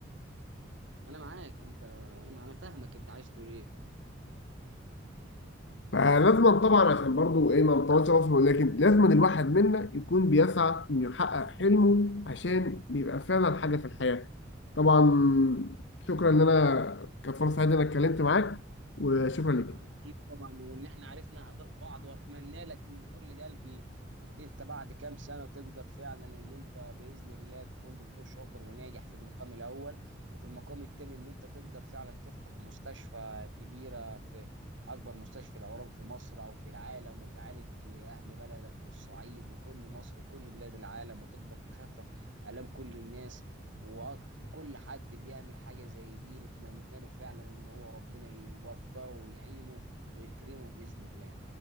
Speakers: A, on the right; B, on the left.
A: انا معاك انت انا انا فاهمك انت عايز تقول ايه
B: فلازم طبعا عشان برضو ايه ما نطولش مصر ولكن لازم الواحد منا يكون بيسعى انه يحقق حلمه عشان يبقى فعلا حاجه في الحياه طبعا شكرا ان انا كانت فرصه سعيده ان انا اتكلمت معاك وشكرا لك
A: واكيد طبعا وان احنا عرفنا اهداف بعض واتمنى لك من كل قلبي ان انت بعد كام سنه تقدر فعلا ان انت باذن الله تكون دكتور شاطر وناجح في المقام الاول وفي المقام الثاني ان انت تقدر فعلا تفتح مستشفى كبيره في اكبر مستشفى الاورام في مصر او في العالم وتعالج اهل بلدك والصعيد وكل مصر وكل بلاد العالم وتقدر تخفف الام كل الناس و- كل حد بيعمل حاجة زي دي نتمنى له فعلا ان هو ربنا يوفقه ويعينه ويكرمه بإذن الله